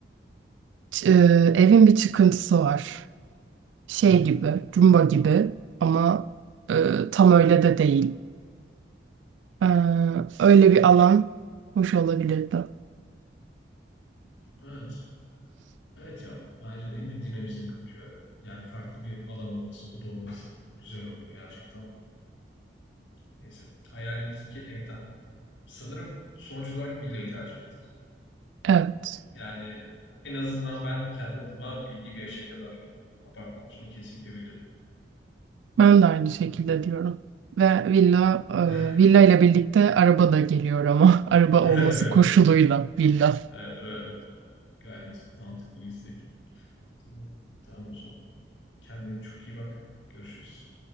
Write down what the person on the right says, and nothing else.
ç- e, evin bir çıkıntısı var. Şey
gibi, cumba gibi ama e, tam öyle de değil. Ee, öyle bir alan hoş olabilirdi.
Evet.
Ben de aynı şekilde diyorum. Ve villa,
e, villa ile birlikte araba da geliyor ama <laughs> araba
olması koşuluyla villa.